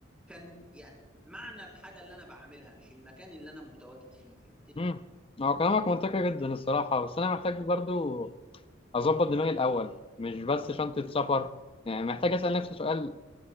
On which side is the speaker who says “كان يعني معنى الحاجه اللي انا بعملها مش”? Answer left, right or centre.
Centre